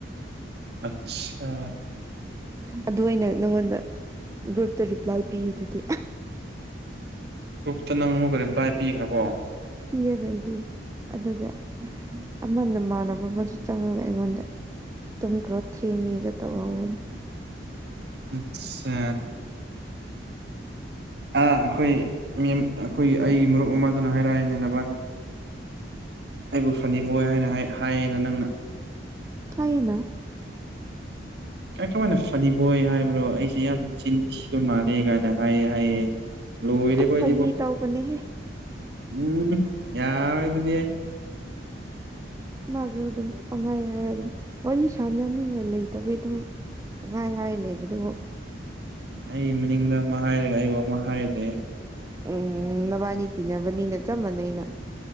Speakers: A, on the right; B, on the right.
A: ꯑꯠꯁꯥ
B: ꯑꯗꯨ ꯑꯩꯅ ꯅꯪꯉꯣꯟꯗ ꯒ꯭ꯔꯨꯞꯇ ꯔꯤꯄ꯭ꯂꯥꯏ ꯄꯤꯔꯤꯗꯨꯗꯤ
A: ꯒ꯭ꯔꯨꯞꯇ ꯅꯪ ꯑꯃꯨꯛꯀ ꯔꯤꯄ꯭ꯂꯥꯏ ꯄꯤꯈ꯭ꯔꯕꯣ
B: ꯄꯤꯌꯦꯅꯦ ꯑꯩꯗꯤ ꯑꯗꯨꯒ ꯑꯃ ꯅꯃꯥꯟꯅꯕ ꯑꯃꯁꯨ ꯆꯪꯉꯒ ꯑꯩꯉꯣꯟꯗ ꯇꯨꯝꯈ꯭ꯔꯣ ꯊꯦꯡꯉꯦꯒ ꯇꯧꯍꯧꯕꯅꯦ
A: ꯑꯠꯁꯥ ꯑꯥ ꯑꯈꯣꯏ ꯃꯦꯝ ꯑꯩꯈꯣꯏ ꯑꯩ ꯃꯔꯨꯞ ꯑꯃꯥꯗꯨꯅ ꯍꯥꯏꯔꯛꯑꯦꯅꯦ ꯅꯕꯥꯅꯤ ꯑꯩꯕꯨ ꯐꯅꯤꯕꯣꯏ ꯍꯥꯏꯅ ꯍꯥꯏ ꯍꯥꯏꯌꯦꯅ ꯅꯪꯅ
B: ꯍꯥꯏꯌꯦꯅ
A: ꯑꯩ ꯀꯃꯥꯏꯅ ꯐꯅꯤꯕꯣꯏ ꯍꯥꯏꯕ꯭ꯔꯣ ꯑꯩꯁꯦ ꯌꯥꯝ ꯆꯤꯟ ꯊꯤꯕ ꯃꯥꯜꯂꯦ ꯀꯥꯏꯅ ꯍꯥꯏꯌꯦ ꯍꯥꯏꯌꯦ ꯂꯣꯏꯔꯦꯕꯣ
B: ꯑꯁ ꯐꯥꯒꯤ
A: ꯑꯩꯗꯤꯀꯣ
B: ꯇꯧꯕꯅꯦꯍꯦ
A: ꯎꯝ ꯌꯥꯔꯣꯏꯗꯨꯗꯤ <inaudible>
B: ꯃꯥꯁꯨ ꯑꯗꯨꯝ ꯄꯪꯍꯥꯏ ꯍꯥꯏꯔ ꯑꯗꯨꯝ ꯋꯥꯔꯤ ꯁꯥꯟꯅꯅꯤꯡꯉꯥꯏ ꯂꯩꯇꯕꯩ ꯑꯗꯨꯝ ꯄꯪꯍꯥꯏ ꯍꯥꯏ ꯂꯩꯕꯗꯨꯕꯨ
A: ꯑꯩ ꯃꯅꯤꯡꯗ ꯑꯃ ꯍꯥꯏꯔꯒ ꯑꯩꯕꯣ ꯑꯃ ꯍꯥꯏ ꯂꯩꯌꯦ
B: ꯎꯝ ꯅꯕꯥꯅꯤ ꯇꯤꯟꯅꯕꯅꯤꯅ ꯆꯞ ꯃꯅꯩꯅ